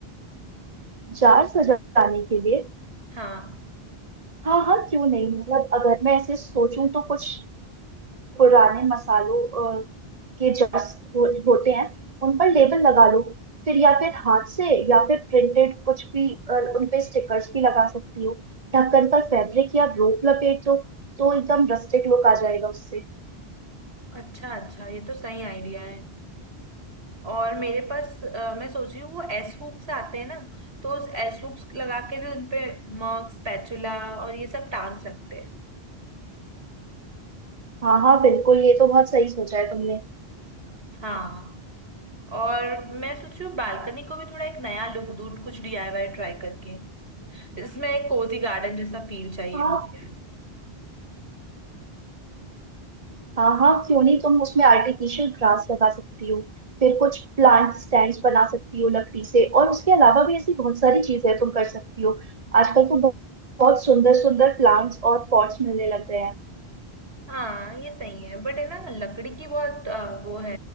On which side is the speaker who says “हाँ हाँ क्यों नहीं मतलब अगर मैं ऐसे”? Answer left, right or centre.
Right